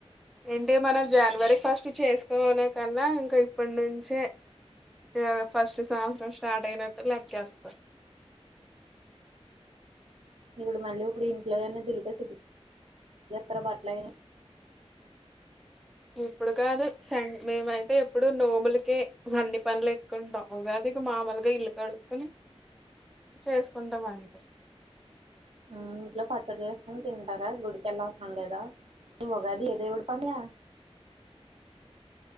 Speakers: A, in the centre; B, on the right.
A: ఏంటి మనం జనవరి ఫస్ట్ చేసుకోనేవ కన్నా ఇంకా ఇప్పటి నుంచే యో ఫస్ట్ సంవత్సరం స్టార్ట్ అయినట్టు లెక్కేస్తా
B: ఇప్పుడు మళ్ళీ ఇప్పుడు ఇంట్లో వని దులిపే ఏసీ ఉతు ఏమి చేస్తారు బట్లు అవి
A: ఇప్పుడు కాదు సన్ మేమైతే ఎప్పుడు నోములకే వండి పనులు ఎట్టుకుంటాం ఉగాది ఇక మామూలుగా ఇల్లు కడుకోని చేసుకుంటాం ఆన్
B: ఉ ఇంట్లో పచ్చడి చేసుకుని తింటారా గుడికెళ్ళ అవసరం లేదా ఈ ఉగాది ఎ దేవుడు పన్య